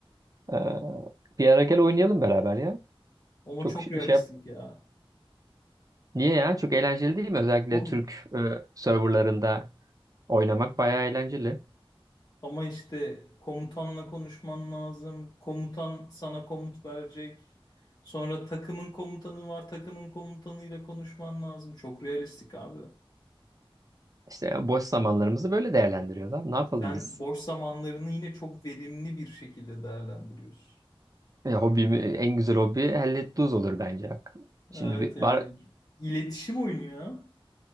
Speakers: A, on the right; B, on the left.
A: Ee, bir ara gel oynayalım beraber ya.
B: Ama
A: Çok
B: çok
A: ş-
B: realistik
A: şey yap.
B: ya.
A: Niye ya? Çok eğlenceli değil mi? Özellikle
B: O,
A: Türk e, serverlarında oynamak bayağı eğlenceli.
B: ama işte komutanla konuşman lazım. Komutan sana komut verecek. Sonra takımın komutanı var. Takımın komutanıyla konuşman lazım. Çok realistik abi.
A: İşte boş zamanlarımızı böyle değerlendiriyoruz abi. Ne yapalım
B: Sen
A: biz?
B: boş zamanlarını yine çok verimli bir şekilde değerlendiriyorsun.
A: E, hobimi, en güzel hobi hellet duz olur bence. Şimdi
B: Evet
A: bir
B: yani
A: var
B: iletişim oyunu ya.